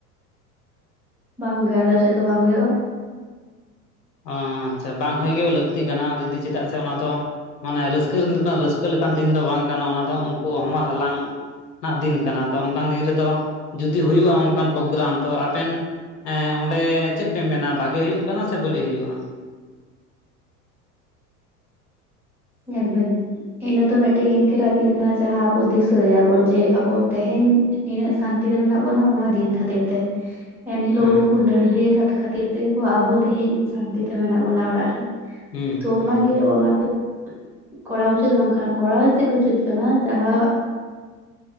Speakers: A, in the centre; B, on the left.
A: ᱵᱟᱝ ᱜᱮ ᱟᱞᱮᱥᱮᱫ ᱫᱚ ᱵᱟᱝ ᱦᱩᱭᱩᱜᱼᱟ᱾
B: ᱚ ᱟᱪᱪᱷᱟ ᱵᱟᱝ ᱦᱚᱭ ᱜᱮ ᱞᱟᱹᱠᱛᱤ ᱠᱟᱱᱟ ᱫᱤᱫᱤ ᱪᱮᱫᱟᱜ ᱥᱮ, ᱚᱱᱟ ᱫᱚᱼᱼ ᱢᱟᱱᱮ ᱨᱟᱹᱥᱠᱟᱹ ᱨᱮᱱ ᱫᱚ ᱨᱟᱹᱥᱠᱟᱹ ᱞᱮᱠᱟᱱ ᱫᱤᱱ ᱫᱚ ᱵᱟᱝ ᱠᱟᱱᱟ᱾ ᱚᱱᱟ ᱫᱚ ᱩᱱᱠᱩ ᱦᱚᱢᱚᱨ ᱦᱟᱞᱟᱝᱼᱼ ᱫᱤᱱ ᱠᱟᱱᱟ ᱛᱚ ᱚᱱᱠᱟᱱ ᱫᱤᱱ ᱨᱮᱫᱚ ᱡᱩᱫᱤ ᱦᱩᱭᱩᱜᱼᱟ ᱚᱱᱠᱟᱱ ᱯᱨᱳᱜᱨᱟᱢ, ᱛᱚ ᱟᱵᱮᱱᱼᱼ ᱦᱮᱸ ᱚᱸᱰᱮ ᱪᱮᱫ ᱯᱮ ᱢᱮᱱᱟ, ᱵᱷᱟᱜᱤ ᱦᱩᱭᱩᱜ ᱠᱟᱱᱟ, ᱥᱮ ᱵᱟᱹᱲᱤᱡ ᱦᱩᱭᱩᱜᱼᱟ?
A: ᱧᱮᱞᱵᱮᱱ, ᱤᱱᱟᱹ ᱫᱚ ᱢᱤᱫᱴᱮᱱ ᱤᱱᱠᱟᱹᱱᱟᱜ ᱫᱤᱱ ᱠᱟᱱᱟ ᱡᱟᱦᱟᱸ ᱟᱵᱚ ᱫᱤᱥᱟᱹᱭᱟᱵᱚᱱ ᱡᱮ ᱟᱵᱚ ᱛᱮᱦᱮᱧᱼᱼ ᱱᱤᱱᱟᱹᱜ ᱥᱟᱱᱛᱤ ᱨᱮ ᱢᱮᱱᱟᱜ ᱵᱚᱱᱟ ᱚᱱᱟ ᱫᱤᱱ ᱠᱷᱟᱹᱛᱤᱨ ᱛᱮ᱾ ᱮᱱᱦᱤᱞᱳᱜ
B: ᱦᱮᱸ
A: ᱩᱱᱠᱩ ᱞᱟᱹᱲᱦᱟᱹᱭ ᱟᱠᱟᱫ ᱠᱷᱟᱹᱛᱤᱨ ᱛᱮ ᱜᱮ ᱠᱚ ᱟᱵᱚ ᱛᱮᱦᱮᱧ ᱥᱟᱱᱛᱤ ᱛᱮ ᱢᱮᱱᱟᱜ ᱵᱚᱱᱟ ᱚᱲᱟᱜ ᱨᱮ᱾
B: ᱦᱮᱸ
A: ᱛᱚ
B: ᱦᱮᱸ
A: ᱚᱱᱟ ᱜᱮ,
B: ᱦᱮᱸ
A: ᱚᱱᱟ ᱫᱚᱼᱼ ᱠᱚᱨᱟᱣ ᱩᱪᱤᱛ ᱵᱟᱝ ᱠᱟᱱᱟ, ᱠᱚᱨᱟᱣ ᱪᱮᱫ ᱩᱪᱤᱛ ᱠᱟᱱᱟ ᱡᱟᱦᱟᱸᱼᱼ